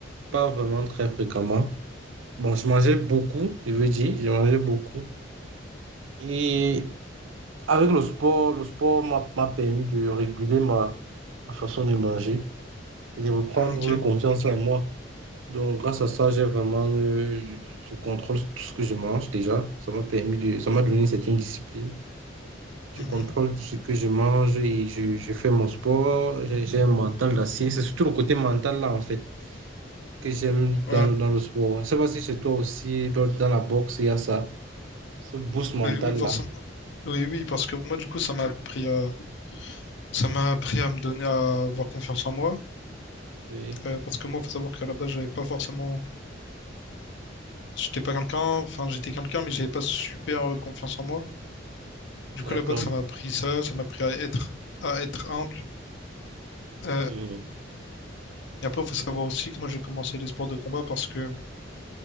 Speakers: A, on the right (about 80°); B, on the left (about 65°).
A: pas vraiment très fréquemment. Bon, je mangeais beaucoup, je veux dire, je mangeais beaucoup. Et Avec le sport, le sport m'a m'a permis de réguler ma, ma façon de manger et de reprendre
B: ok.
A: confiance en moi. Donc, grâce à ça, j'ai vraiment, euh, je, je contrôle tout ce que je mange déjà. Ça m'a permis de, ça m'a donné une certaine discipline. Je
B: Mhm.
A: contrôle tout ce que je mange et je, je fais mon sport. J'ai j'ai un mental d'acier. C'est surtout le côté mental là, en fait, que j'aime dans,
B: Ouais.
A: dans le sport. Je ne sais pas si chez toi aussi, dans, dans la boxe, il y a ça, ce boost mental
B: Oui, oui, forcément.
A: là.
B: Oui, oui, parce que moi du coup ça m'a appris à ça m'a appris à me donner à avoir confiance en moi.
A: Oui,
B: Euh, parce que moi, faut savoir qu'à la base, j'avais pas forcément j'étais pas quelqu'un, enfin j'étais quelqu'un, mais j'avais pas super euh, confiance en moi. Du
A: d'accord.
B: coup, la boxe, ça m'a appris ça, ça m'a appris à être, à être humble. Euh,
A: Mhm.
B: et après, il faut savoir aussi que moi, j'ai commencé les sports de combat parce que